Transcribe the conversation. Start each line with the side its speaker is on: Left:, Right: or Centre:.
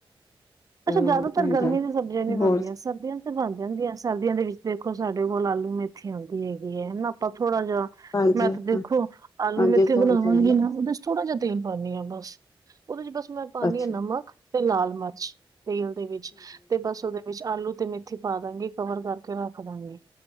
Right: ਅੱਛਾ ਜਿਆਦਾਤਰ
Left: ਹਾਂਜੀ
Right: ਗਰਮੀ ਦੀ ਸਬਜ਼ੀਆਂ ਨੀ ਬਣਦੀਆਂ
Left: ਹੋਰ
Right: ਸਰਦੀਆਂ ਤੇ ਬਣ ਜਾਂਦੀਆਂ ਸਰਦੀਆਂ ਦੇ ਵਿੱਚ ਦੇਖੋ ਸਾਡੇ ਕੋਲ ਆਲੂ ਮੇਥੀ ਆਉਂਦੀ ਹੈਗੀ ਹੈ ਨਾ ਆਪਾਂ ਥੋੜਾ ਜਿਹਾ
Left: ਹਾਂਜੀ
Right: ਮੈਂ ਤਾਂ ਦੇਖੋ ਆਲੂ
Left: ਹਾਂਜੀ
Right: ਮੇਥੀ
Left: ਥੋੜੇ
Right: ਬਣਾਵਾਂਗੀ
Left: ਜਿਹੇ
Right: ਨਾ ਉਹਦੇ ਚ ਥੋੜਾ ਜਿਹਾ ਤੇਲ ਪਾਨੀ ਆ ਬਸ ਉਹਦੇ ਚ ਬਸ ਮੈਂ ਪਾਂਨੀ
Left: ਅੱਛਾ
Right: ਹਾਂ ਨਮਕ ਤੇ ਲਾਲ ਮਰਚ ਤੇਲ ਦੇ ਵਿੱਚ ਤੇ ਬਸ ਉਹਦੇ ਵਿੱਚ ਆਲੂ ਤੇ ਮੇਥੀ ਪਾ ਦਾਂਗੀ ਕਵਰ ਕਰਕੇ ਰੱਖ ਦਾਂਗੀ